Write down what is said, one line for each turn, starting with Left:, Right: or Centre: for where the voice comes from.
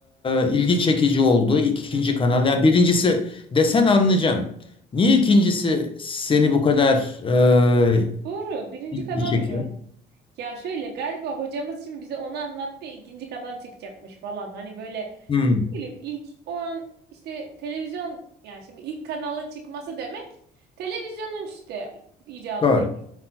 Left: e, ilgi çekici oldu? İkinci
Right: Hı.
Left: kanal. Yani birincisi desen anlayacağım. Niye ikincisi seni bu kadar e,
Right: Doğru. Birinci
Left: ilgi
Right: kanal
Left: çekiyor?
Right: niye? Ya şöyle galiba hocamız şimdi bize onu anlattı ya ikinci kanal çıkacakmış falan. Hani böyle
Left: Hmm,
Right: bileyim ilk o an işte televizyon yani şimdi ilk kanalın çıkması demek televizyonun işte icadı
Left: doğru,
Right: demek.